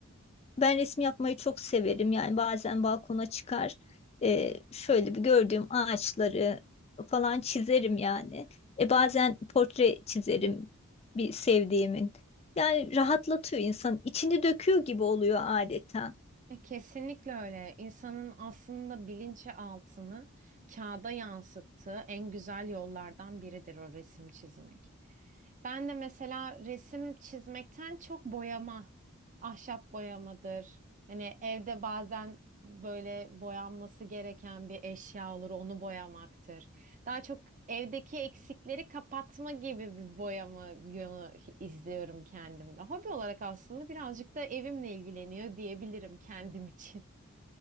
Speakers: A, on the left (about 30°); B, on the right (about 40°).
A: ben resim yapmayı çok severim. Yani bazen balkona çıkar, e, şöyle bir gördüğüm ağaçları falan çizerim yani. E, bazen portre çizerim bir sevdiğimin. Yani rahatlatıyor insan, içini döküyor gibi oluyor adeta.
B: E, Kesinlikle öyle. İnsanın aslında bilinçaltını kağıda yansıttığı en güzel yollardan biridir o resim çizmek. Ben de mesela resim çizmekten çok boyama, ahşap boyamadır. Hani evde bazen böyle boyanması gereken bir eşya olur, onu boyamaktır. Daha çok evdeki eksikleri kapatma gibi bir boyama yönü izliyorum kendimde. Hobi olarak aslında birazcık da evimle ilgileniyor diyebilirim kendim için.